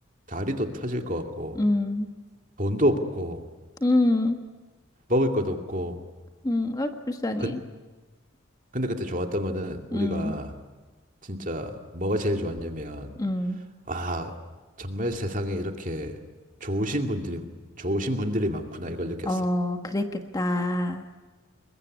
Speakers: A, on the right; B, on the left.
A: 다리도 터질 것 같고
B: 응,
A: 돈도 없고
B: 응,
A: 먹을 것도 없고
B: 응. 아이고, 불쌍해.
A: 근, 근데 그때 좋았던 거는 우리가
B: 응,
A: 진짜 뭐가 제일 좋았냐면
B: 응.
A: 아 정말 세상에 이렇게 좋으신 분들이 좋으신 분들이 많구나 이걸 느꼈어.
B: 어, 그랬겠다.